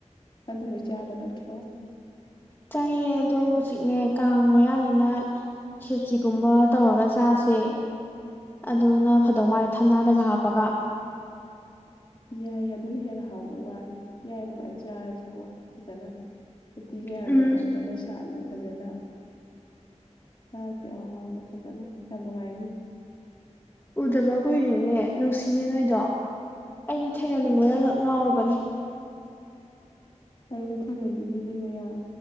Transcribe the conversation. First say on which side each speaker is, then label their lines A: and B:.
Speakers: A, on the left (about 40°); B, on the left (about 20°).
A: ꯑꯗꯨꯗꯤ ꯂꯣꯏ ꯆꯥꯕꯅ ꯇ꯭ꯔꯣ
B: ꯆꯥꯏꯌꯦ ꯑꯗꯨ ꯍꯧꯖꯤꯛꯅꯦ ꯀꯥꯡ ꯃꯌꯥꯅꯤꯅ ꯈꯦꯆꯤꯒꯨꯝꯕ ꯇꯧꯔꯒ ꯆꯥꯁꯦ ꯑꯗꯨꯅ ꯐꯗꯧ ꯃꯥꯜꯂꯦ ꯊꯝꯅꯥꯗꯒ ꯍꯥꯞꯄꯒ
A: ꯌꯥꯏ ꯑꯗꯨꯅ ꯍꯦꯟꯅ ꯍꯥꯎꯗꯧ ꯃꯥꯜꯂꯦ ꯌꯥꯏ ꯑꯗꯨꯃꯥꯏ ꯆꯥꯔꯖꯦ ꯑꯗꯨꯣ ꯐꯖꯅ ꯎꯇꯤ ꯀꯌꯥꯒ
B: ꯎꯝ
A: ꯇꯧꯗꯅ ꯁꯥꯠ ꯅꯨꯡ ꯐꯖꯅ ꯆꯥꯁꯦ ꯌꯥꯝ ꯍꯥꯎꯅ ꯐꯖꯅ ꯌꯥꯝ ꯅꯨꯡꯉꯥꯏꯅꯤ
B: ꯎꯗꯕ ꯀꯨꯏꯔꯦꯅꯦ ꯅꯨꯡꯁꯤꯅꯦ ꯅꯣꯏꯗꯣ ꯑꯩꯗꯤ ꯊꯦꯡꯅꯅꯤꯡꯕꯅ ꯂ ꯉꯥꯎꯔꯕꯅꯦ
A: ꯑꯩꯗꯤ ꯊꯦꯡꯅꯅꯤꯡ ꯃꯌꯥꯝ